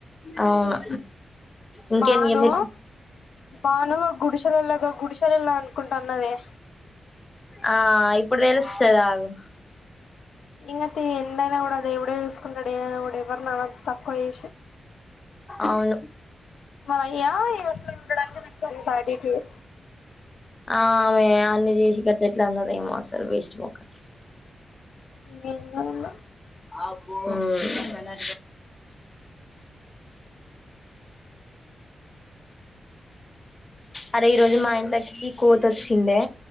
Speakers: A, on the left; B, on the left.
A: అవును ఇంకేంది
B: బాను
A: మీరు
B: బాను గుడిసెలలా గుడిసాల వెళ్లా అనుకుంటాన్నదే
A: ఆ ఇప్పుడు తెలుస్తది అగు
B: ఇకతే ఎండైనా కూడా అది దేవుడే చూసుకుంటాడు ఏనా కూడా ఎవరిన తక్కువ చేసి
A: అవును
B: మనయ్యా ఇగ అసలు ఉండడానికి దానికి అంత ఆటిట్యూడ్
A: ఆమె అన్న చేసి ఎట్లా అన్నదొ ఏమో అసలు వేస్ట్ మొక్కలు
B: <unintelligible>
A: అబోటుగా అరే ఈ రోజు మా ఇంట్లకి కోతి వసిందే